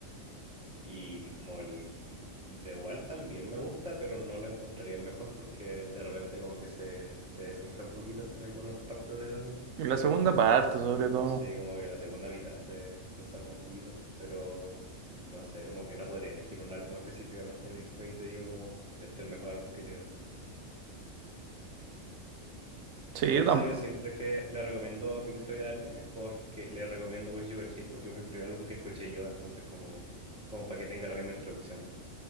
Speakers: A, in the centre; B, on the right (about 80°).
A: Y como el The Wall también me gusta, pero no lo encontraría el mejor porque de repente como que se, se desinfla un poquito en algunas partes del álbum,
B: Y La
A: según
B: segunda
A: yo.
B: parte, sobre todo.
A: Sí, como que la segunda mitad se desarma un poquito, pero no sé, como que no podría elegir un álbum específicamente de Pink Floyd, te digo como este es el mejor álbum que tienen.
B: Sí,
A: Sí, por
B: yo, tam-
A: eso yo siempre que le recomiendo Pink Floyd a alguien es porque le recomiendo Wish You Were Here porque fue el primer álbum que escuché yo, entonces como, como para que tenga la misma introducción.